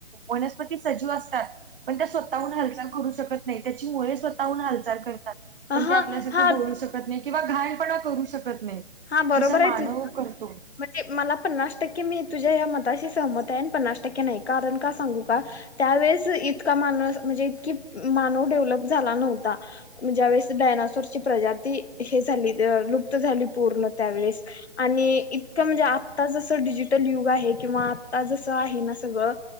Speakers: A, on the right (about 55°); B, on the left (about 75°).
A: वनस्पती सजीव असतात. पण, त्या स्वतःहून हालचाल करू शकत नाही, त्याची मूळ स्वतःहून हालचाल करतात. पण,
B: हा
A: ते आपल्यासारखे
B: हा
A: बोलू शकत नाही, किंवा घाणपणा करू शकत नाही.
B: हा बरोबर
A: जसा, मानव
B: आहे तुझ
A: करतो.
B: म्हणजे, मला पन्नास टक्के, मी तुझ्या या मताशी सहमत आहे. आणि, पन्नास टक्के नाही, कारण का सांगू का! त्यावेेळेस, इतका मानव म्हणजे, इतकी मानव डेव्हलप झाला नव्हता. ज्यावेेळेस, डायनासोरची प्रजाती हे, झाली लुप्त झाली, पूर्ण त्यावेेळेस आणि, इतकं म्हणजे, आत्ता जसं डिजिटल युग आहे, किंवा आत्ता जसं आहे ना सगळं,